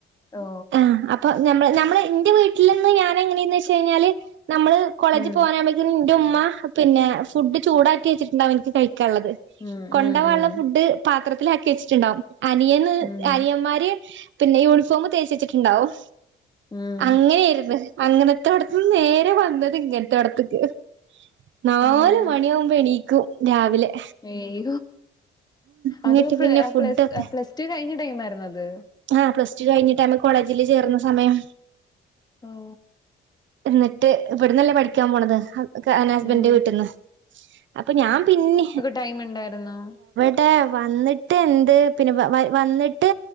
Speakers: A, on the left (about 20°); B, on the right (about 70°).
A: ഓ
B: ആഹ് അ പ്പൊ ഞമ്മ്ള് ഞമ്മള് ഇന്റെ വീട്ടിൽ നിന്ന് ഞാൻ എങ്ങനേയ്ന്ന് വെച്ച് കഴിഞ്ഞാല് ഞമ്മള് കോളേജ്
A: ഉം
B: പോകാനാവുമ്പേ ത്തിന് ഇന്റെ ഉമ്മ പിന്നെ ഫുഡ് ചൂടാക്കി വെച്ചിട്ടുണ്ടാവും ഇനിക്ക് കഴിക്കാള്ളത്
A: ഉം
B: കൊണ്ടവാള്ള
A: ഉം ഉം
B: ഫുഡ് പാത്രത്തിലാക്കി വെച്ച്ട്ട്ണ്ടാവും അനിയന്
A: ഉം
B: അനിയന്മാര് പിന്നെ യൂണിഫോം തേച്ച് വെച്ചിട്ടുണ്ടാവും
A: ഉം
B: അങ്ങനേര്ന്ന് അങ്ങനത്തോട്ത്ത്ന്ന് നേരെ വന്നത് ഇങ്ങനത്തോട്ത്ത് ക്ക് നാല്
A: ഓ
B: മണിയാവുമ്പോ എണീക്കും രാവിലെ
A: ഏയ്
B: ഇങ്ങട്ട്
A: അത് പ്ല
B: പിന്നെ
A: അഹ്
B: ഫുഡൊക്കെ
A: പ്ലസ് അഹ് പ്ലസ് ടു കഴിഞ്ഞ ടൈംമായിരുന്നോ അത്
B: ആഹ് പ്ലസ് ടു കഴിഞ്ഞട്ട് അന്ന് കോളേജില് ചേർന്ന സമയം
A: ഓഹ്
B: ഇന്ന്ട്ട് ഇവട്ന്നല്ലേ പഠിക്കാൻ പോണത് ഒക്കെ അങ്ങനെ ഹസ്ബൻഡിന്റെ
A: ഉം
B: വീട്ട്ന്ന് അപ്പൊ ഞാൻ പിന്നിം
A: ടൈമ് ഇണ്ടായിരുന്നോ
B: ട്ടാ വന്നിട്ട് എന്ത് പിന്നെ വ വ വന്നിട്ട്